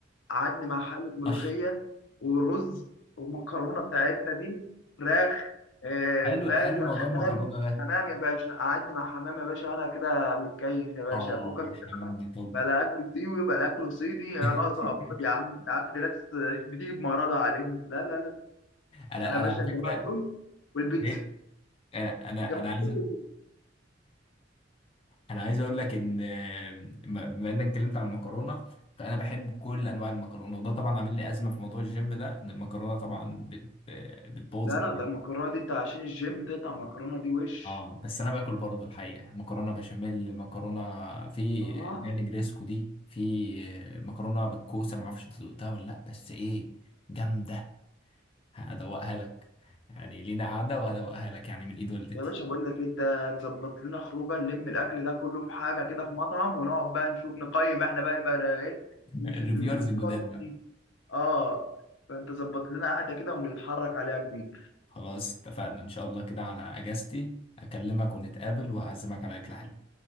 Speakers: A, on the left (about 80°); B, on the left (about 30°).
A: قعدني مع حلة ملوخية
B: طشه
A: ورز والمكرونة بتاعتنا دي فراخ آه،
B: حلو
A: فاهم
B: حلو
A: شوية
B: موضوع
A: حمام
B: المكرونه ده
A: حمام يا باشا قعدني مع حمام يا باشا وأنا كده متكيف يا باشا
B: اه
A: فكك إنت
B: الحمام
A: بقى،
B: ده طب
A: بلا أكل سيوي بلا أكل صيني يا
B: <laughs>
A: ناقصة أمراض يا عم يا عم دي ناس <laughs> بتيجي بمرضها علينا لا لا لا
B: انا
A: أنا يا
B: انا
A: باشا
B: على
A: الجماعة
B: فكره
A: دول والبيتزا
B: ايه انا انا
A: الجماعة
B: انا عايز
A: دول والبيتزا
B: انا عايز اقول لك ان بما بما انك اتكلمت عن المكرونه فانا بحب كل انواع المكرونه وده طبعا عامل لي ازمه في موضوع الجيم ده ان المكرونه طبعا بت بتبوظ
A: لا
B: الدنيا
A: لا ده المكرونة دي أنت عشان الجيم تقطع المكرونة دي وش
B: اه بس انا باكل برضو الحقيقه مكرونه بشاميل مكرونه في
A: آه
B: اللي هي الجريسكو دي في مكرونه بالكوسه ما اعرفش انت دقتها ولا لا بس ايه جامده هدوقها لك يعني لينا قعده وهدوقها لك يعني من ايد والدتي
A: يا باشا بقول لك إيه، انت تظبط لنا خروجه نلم الاكل ده كله في حاجه كده في مطعم ونقعد بقى نشوف نقيم احنا بقى نبقى ايه
B: الريفيورز
A: <laughs>
B: الجداد بقى
A: اه فانت ظبط لنا قعده كده ونتحرك عليها كبير
B: خلاص اتفقنا ان شاء الله كده على اجازتي اكلمك ونتقابل واعزمك على اكل حلو